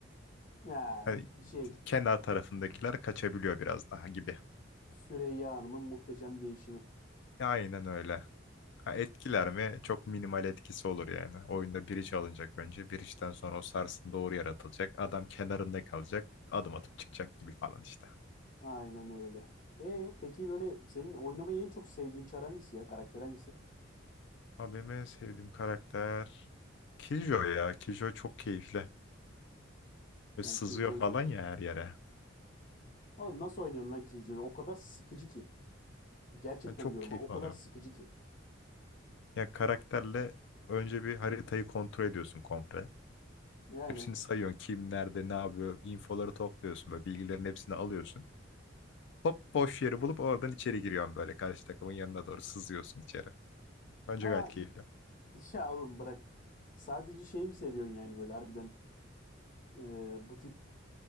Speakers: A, on the left (about 45°); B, on the left (about 65°).
A: Ha,
B: Hani
A: şey
B: kenar tarafındakiler kaçabiliyor biraz daha gibi.
A: Süreyya Hanım'ın muhteşem değişimi.
B: E, Aynen öyle. Ha, etkiler mi? Çok minimal etkisi olur yani. Oyunda bridge alınacak önce. Bridge'den sonra o sarsın doğru yaratılacak. Adam kenarında kalacak. Adım atıp çıkacak gibi falan işte.
A: Aynen öyle. E peki böyle senin oynamayı en çok sevdiğin çar hangisi ya? Karakter hangisi?
B: Abime sevdiğim karakter. Kijo ya. Kijo çok keyifli.
A: Sen
B: Böyle sızıyor
A: Killjoy
B: falan
A: seviyorsun.
B: ya her yere.
A: Oğlum nasıl oynuyorsun lan Killjoy'u? O kadar sıkıcı ki. Gerçekten
B: Ben çok
A: diyorum
B: keyif
A: ha o kadar
B: alıyorum.
A: sıkıcı ki.
B: Ya karakterle önce bir haritayı kontrol ediyorsun komple.
A: E aynen.
B: Hepsini sayıyorsun. Kim nerede ne yapıyor. infoları topluyorsun. Böyle bilgilerin hepsini alıyorsun. Hop boş yeri bulup oradan içeri giriyorsun böyle. Karşı takımın yanına doğru sızıyorsun içeri. Bence
A: Aa
B: gayet keyifli.
A: Ya oğlum bırak. Sadece şey mi seviyorsun yani böyle harbiden e, bu tip